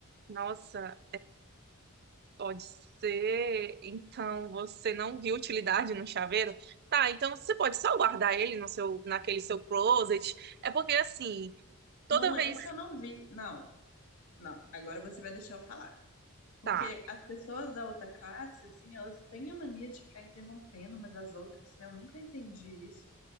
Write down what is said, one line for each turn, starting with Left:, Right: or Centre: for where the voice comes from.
Right: Nossa, pode ser. Então você não viu utilidade no chaveiro? Tá, então você pode só guardar ele no seu, naquele seu closet. É porque assim,
Left: Não
Right: toda vez.
Left: é que eu não vi. Não, não. Agora você vai deixar eu falar. Porque
Right: Tá.
Left: as pessoas da outra classe, assim, elas têm a mania de ficar interrompendo umas as outras, né? Eu nunca entendi isso.